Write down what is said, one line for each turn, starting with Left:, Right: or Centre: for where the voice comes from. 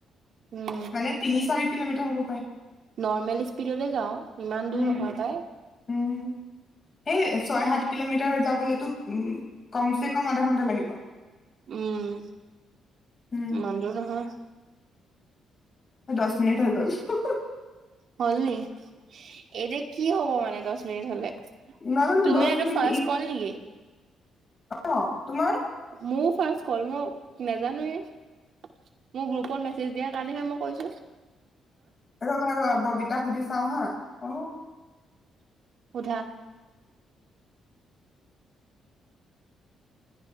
Right: উম।
Left: মানে তিনি -চাৰি কিলোমিটাৰ হ'ব পাৰে।
Right: নৰ্মেল ইস্পীডলে যাওঁ ইমান
Left: উম
Right: দূৰ নহয় পাই।
Left: উম সেই ছয় - সাত কিলোমিটাৰ যাবলৈতো উ কম চে কম আধা ঘন্টা লাগিব।
Right: উম
Left: উম
Right: ইমান দূৰ নহয়।
Left: দচ মিনিট হৈ গ'ল। হুম
Right: হল নি এতিয়া কি হ'ব মানে দ'চ মিনিট হলে?
Left: নাজানো
Right: তুমি
Left: দহ
Right: এটো
Left: মিনিট
Right: ফাষ্ট
Left: ই
Right: ক'ল নেকি?
Left: অ তোমাৰ?
Right: মোও ফাৰ্ষ্ট কল মো নাজানোৱে। মোৰ গ্ৰুপত মেছেজ দিয়াৰ কাৰণেহে মই কৈছোঁ।
Left: ৰবা'ৰবা বাৰু ববিতাক সুধি চাওঁ হা অ
Right: সুধা।